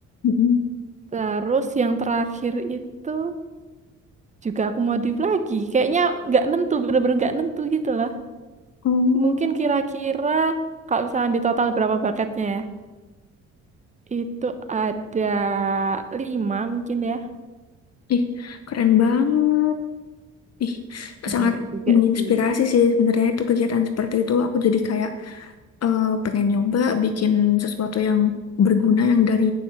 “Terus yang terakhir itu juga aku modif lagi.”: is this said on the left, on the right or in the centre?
Right